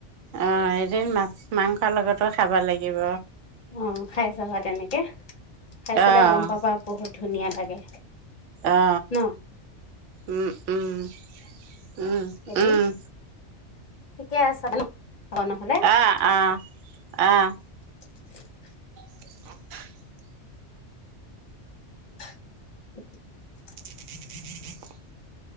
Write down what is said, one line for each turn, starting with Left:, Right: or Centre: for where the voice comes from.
Right: আ এদিন মাছ মাংস লগতো খাব লাগিব।
Left: অ', খাই চাবা তেনেকে, খাই চালে
Right: অ',
Left: গম পাবা বহুত ধুনীয়া লাগে।
Right: অ
Left: ন
Right: উম উম। উম,
Left: এদিন
Right: উম।
Left: ঠিকে আছে ন হ'ব নহ'লে
Right: আহ,
Left: অ
Right: আহ, আহ।
Left: <inaudible>
Right: <unintelligible>
Left: <inaudible>
Right: <unintelligible>